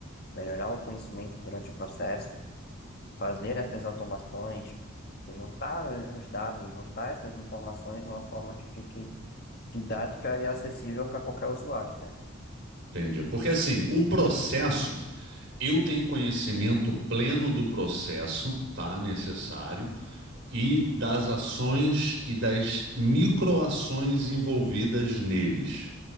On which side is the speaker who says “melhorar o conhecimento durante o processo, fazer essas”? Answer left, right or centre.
Left